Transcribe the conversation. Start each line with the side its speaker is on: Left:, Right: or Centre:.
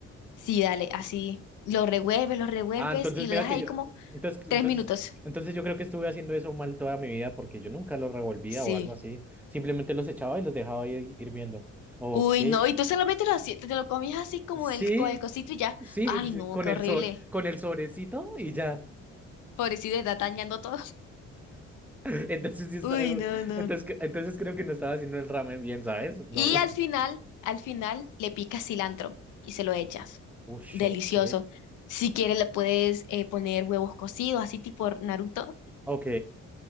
Left: Sí, dale, así. Lo revuelves, lo revuelves
Centre: Ah, entonces
Left: y lo
Centre: mira
Left: dejas
Centre: que
Left: ahí
Centre: yo.
Left: como
Centre: Entonces, entonces,
Left: tres minutos.
Centre: entonces yo creo que estuve haciendo eso mal toda mi vida porque yo nunca los revolvía
Left: Sí.
Centre: o algo así. Simplemente los echaba y los dejaba ahí hirviendo. Ok.
Left: Uy, no, y tú solamente lo, así- te lo comías así como
Centre: Sí,
Left: el, con el cosito y ya.
Centre: Sí,
Left: Ay,
Centre: pues, sí,
Left: no,
Centre: con
Left: qué
Centre: el
Left: horrible.
Centre: sor con el sobrecito y ya.
Left: Pobrecito, está dañando todo. <laughs>
Centre: <laughs> Entonces, sí está-
Left: Uy, no, no.
Centre: entonces, que- entonces creo que no estaba haciendo el ramen bien, ¿sabes? No.
Left: Y al final, al final, le picas cilantro y se lo echas.
Centre: Uy,
Left: Delicioso.
Centre: ok.
Left: Si quieres, le puedes eh, poner huevos cocidos, así tipo Naruto.
Centre: Ok.